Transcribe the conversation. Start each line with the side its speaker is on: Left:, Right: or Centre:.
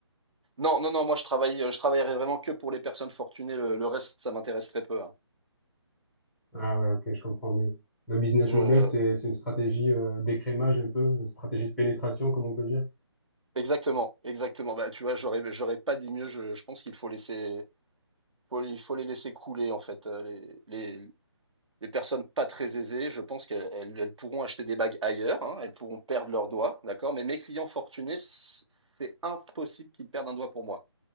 Right: Non, non, non, moi je travaille, euh, je travaillerai vraiment que pour les personnes fortunées. Le, le reste, ça m'intéresse très peu. hein.
Centre: Ah ouais, ok, je comprends mieux. Le business
Right: Je,
Centre: model, c'est c'est une stratégie euh, d'écrémage un peu, une stratégie de pénétration, comme on peut dire.
Right: exactement, exactement. Bah, tu vois, j'aurais, j'aurais pas dit mieux. Je, je pense qu'il faut laisser, faut les, il faut les laisser couler en fait. Euh, Les, les, les personnes pas très aisées, je pense qu'elles elles, elles pourront acheter des bagues ailleurs. hein, elles pourront perdre leurs doigts, d'accord. Mais mes clients fortunés, c- c'est impossible qu'ils perdent un doigt pour moi.